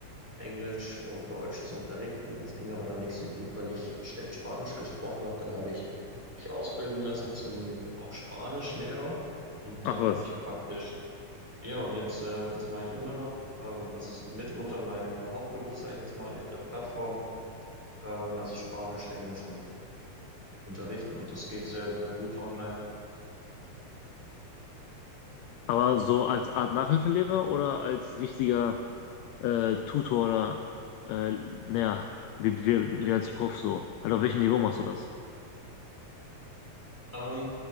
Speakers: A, in the centre; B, on the left.
A: Englisch und Deutsch zu unterrichten. Das ging aber dann nicht so gut, weil ich schlecht Spanisch gesprochen habe. Dann habe ich mich ausbilden lassen zum auch Spanischlehrer und
B: Ach
A: dann
B: was.
A: habe ich praktisch, ja, und jetzt, äh, das mache ich immer noch. Ähm, das ist mitunter mein Hauptberuf, sage ich jetzt mal, neben der Plattform. Ähm, also Spanisch, Englisch und unterrichten und das geht sehr, sehr gut online.
B: Aber so als Art Nachhilfelehrer oder als richtiger äh, Tutor oder äh, naja, wie, wie,
A: Mhm.
B: wie als Prof so? Halt auf welchem Niveau machst du das?
A: Ähm,